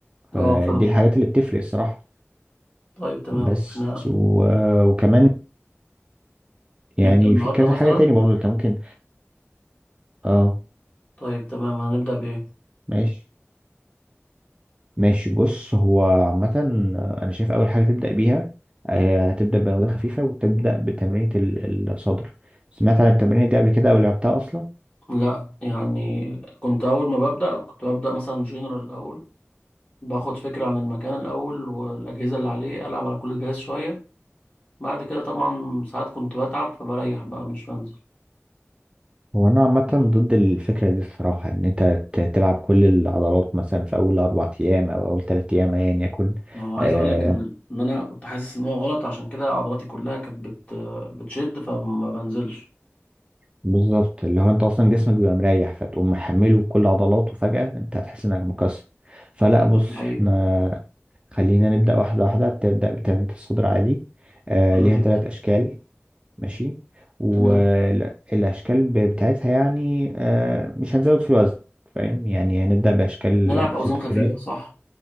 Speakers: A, on the right; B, on the left.
A: فدي
B: اه فاهمك
A: الحاجات اللي بتفرق الصراحة
B: طيب تمام
A: بس
B: احنا
A: و... آه، وكمان يعني
B: نبدأ النهارده
A: في كذا
B: مثلا
A: حاجة تاني برضو انت ممكن اه
B: طيب تمام هنبدأ بايه
A: ماشي ماشي بص هو عامة أنا شايف أول حاجة تبدأ بيها آه، هتبدأ بأوزان خفيفة وتبدأ بتمرينة ال- الصدر سمعت عن التمرينة دي قبل كده أو لعبتها أصلا
B: لا يعني كنت اول ما ببدأ كنت ببدأ مثلا جنرال الاول باخد فكرة عن المكان الاول والاجهزة اللي عليه العب على كل جهاز شوية بعد كده طبعا ساعات كنت بتعب فبريح بقى مش بنزل
A: هو أنا عامة ضد الفكرة دي الصراحة إن أنت ت- تلعب كل العضلات مثلا في أول أربع أيام أو أول تلات أيام أيا يكن
B: ما هو عايز
A: آه
B: اقول لك ان ان انا كنت حاسس ان هو غلط عشان كده عضلاتي كلها كانت بت... بتشد فما بنزلش
A: بالظبط اللي هو أنت أصلا جسمك بيبقى مريح فتقوم محمله كل عضلاته فجأة أنت هتحس إنك مكسر فلا بص
B: الحقيقة
A: احنا خلينا نبدأ واحدة واحدة تبدأ بتنمية الصدر عادي آه
B: حلو
A: ليها
B: جدا
A: ثلاث أشكال ماشي والأشكال
B: تمام
A: بتاعتها يعني آه مش هنزود في الوزن فاهم يعني هنبدأ بأشكال
B: نلعب
A: بسيطة
B: اوزان خفيفه
A: كده
B: صح